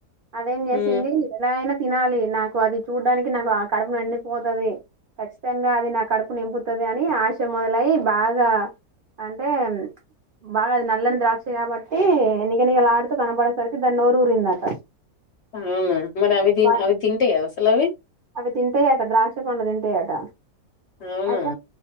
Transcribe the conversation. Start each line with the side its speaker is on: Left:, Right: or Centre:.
Right: అదేం చేసింది
Left: హ్మ్
Right: ఎలా అయినా తినాలి నాకు అది చూడ్డానికి నాకు ఆ కడుపు నండిపోతుంది ఖచ్చితంగా అది నా కడుపు నింపుతుంది అని ఆశ మొదలఐ బాగా అంటే బాగా అది నల్లని ద్రాక్ష కాబట్టి నిగనిగాలా డుతూ కనపడేసరికి దాన్ని నోరు ఊరిందట
Left: మ్ మరి అవి
Right: వాటి
Left: అవి తింటాయి అసలు అవి
Right: అవి తింటాయట ద్రాక్ష పండ్లు తింటాయట
Left: అవునా
Right: అయితే